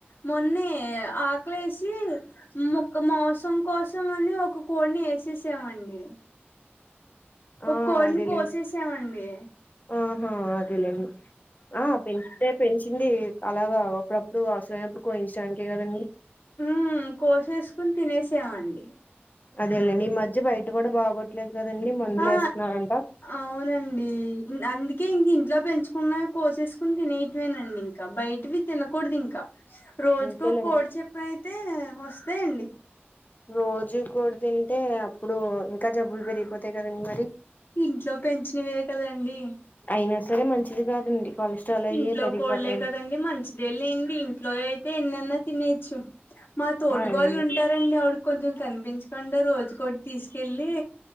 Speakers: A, on the left; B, on the left.
A: మొన్నే ఆకలేసి ముక్క మోవ్సం కోసం అని ఒక కోడిని ఏసేసామండి
B: ఆ
A: ఒక కోడిని
B: అదేలే
A: కోసేసామండి
B: ఆహా అదలేండి ఆ పెంచితే పెంచింది అలాగా అప్పుడప్పుడు అవసరమైనప్పుడు కోయించడానికే కదండి
A: ఊ కోసేసుకుని తినేసామండి
B: అదేలేండి ఈ మధ్య బయట కూడా బాగోట్లేదు కదండి మందులేస్తున్నారంట
A: ఆ అవునండి అందుకే ఇంక ఇంట్లో పెంచుకున్నవి కోసేసుకుని తినేటమేనండి ఇంకా బయటవి తినకూడదు ఇంకా రోజుకో
B: అంతేలేండి
A: కోడి చెప్పినయితే వస్తాయండి
B: రోజూ కోడి తింటే అప్పుడు ఇంకా జబ్బులు పెరిగిపోతాయి కదండి మరి
A: ఇంట్లో పెంచినవే కదండి
B: అయినా సరే మంచిది కాదండి కొలెస్ట్రాల్ అయి
A: ఇంట్లో
B: పెరిగిపోతాయని
A: కోళ్లే కదండి మంచిదే లెండి ఇంట్లోయి అయితే ఎన్నన్నా తినేయచ్చు మా తోటుగోళ్ళు
B: అదేలే
A: ఉంటారండి ఆవిడకి కొంచెం కనిపించకుండా రోజు కోటి తీసుకెళ్ళి